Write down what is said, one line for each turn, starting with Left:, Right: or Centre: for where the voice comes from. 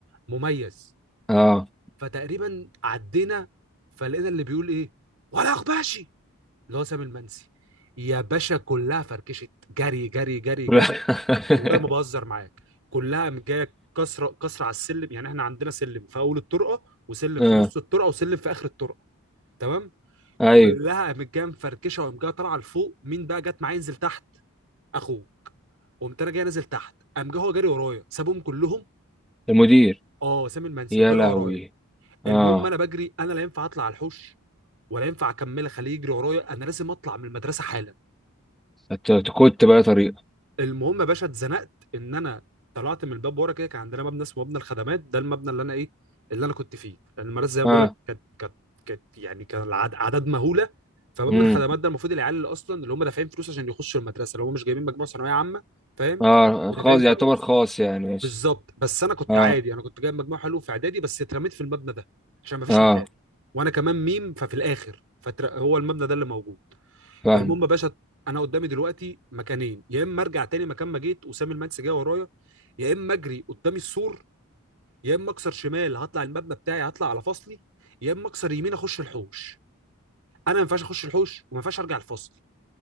Right: مميز
Centre: اه
Right: فتقريبا عدينا فلقينا اللي بيقول ايه ولا غباشي اللي هو سام المنسي يا باشا كلها فركشت جري جري جري
Centre: <laughs>
Right: جري والله ما بهزر معاك كلها جايه كسره كسره على السلم يعني احنا عندنا سلم في اول الطرقه وسلم
Centre: اه
Right: في نص الطرقه وسلم في اخر الطرقه تمام
Centre: ايوه
Right: كلها قامت جايه مفركشه وقام جايه طالعه لفوق مين بقى جت معايا ينزل تحت اخوه قمت انا جاي نازل تحت قام جه هو جاري ورايا سابهم كلهم
Centre: المدير
Right: اه سامي المنسي
Centre: يا
Right: وجاري
Centre: لهوي
Right: ورايا المهم
Centre: اه
Right: انا بجري انا لا ينفع اطلع على الحوش ولا ينفع اكمل اخليه يجري ورايا انا لازم اطلع من المدرسه حالا
Centre: أت- أت- كنت بقى طريقة
Right: المهم يا باشا اتزنقت ان انا طلعت من الباب ورا كده كان عندنا مبنى اسمه مبنى الخدمات ده المبنى اللي انا ايه اللي انا كنت فيه لان المدرسه زي ما
Centre: اه
Right: بقول لك كانت كانت كانت يعني كان العد- اعداد مهوله فمبنى
Centre: امم
Right: الخدمات ده المفروض العيال اللي اصلا اللي هم دافعين فلوس عشان يخشوا المدرسه اللي هم مش جايبين مجموعه ثانويه عامه فاهم
Centre: اه
Right: ودافعين
Centre: خاص
Right: فلوس
Centre: يعتبر خاص يعني ماشي
Right: بالظبط بس انا كنت
Centre: اه
Right: عادي انا كنت جايب مجموع حلو في اعدادي بس اترميت في المبنى ده عشان ما فيش
Centre: اه
Right: مكان وانا كمان ميم ففي الاخر فهو المبنى ده اللي موجود
Centre: فاهمة
Right: المهم يا باشا انا قدامي دلوقتي مكانين يا اما ارجع تاني مكان ما جيت وسام المنسي جاي ورايا يا اما اجري قدام السور يا اما اكسر شمال هطلع المبنى بتاعي هطلع على فصلي يا اما اكسر يمين اخش الحوش انا ما ينفعش اخش الحوش وما ينفعش ارجع الفصل